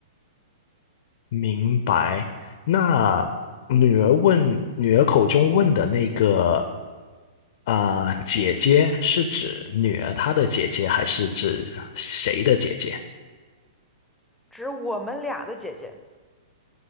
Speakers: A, on the left (about 55°); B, in the centre.
A: 明白。那女儿问，女儿口中问的那个啊、姐姐是指女儿她的姐姐，还是指谁的姐姐？
B: 指我们俩的姐姐，